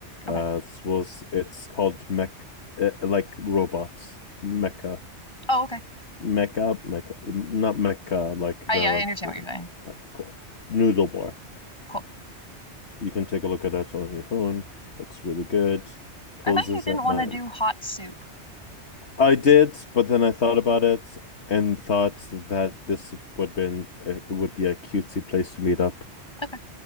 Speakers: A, on the left; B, on the left.
A: Okay.
B: Uh, s- was it's called Mech, uh, like robots Mecca
A: Oh, okay.
B: Mecca Mecca, not Mecca, like
A: I
B: the
A: yeah, I understand what you're saying.
B: alright, cool noodle bar.
A: Cool.
B: You can take a look at it on your phone. Looks really good. Closes
A: I thought you didn't
B: at
A: want
B: nine.
A: to do hot soup.
B: I did, but then I thought about it and thought that this would been it would be a cutesy place to meet up
A: Okay.